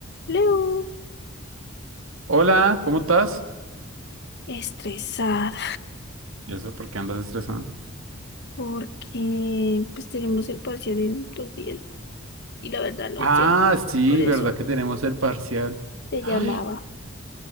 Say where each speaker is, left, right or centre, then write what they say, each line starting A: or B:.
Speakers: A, on the left; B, on the right.
A: Leo,
B: Hola, ¿cómo estás?
A: estresada
B: ¿Y eso por qué andas estresado?
A: porque pues tenemos el parcial en dos días y la verdad no
B: Ah,
A: sé,
B: sí,
A: por eso
B: ¿verdad que tenemos el parcial?
A: te
B: Ay.
A: llamaba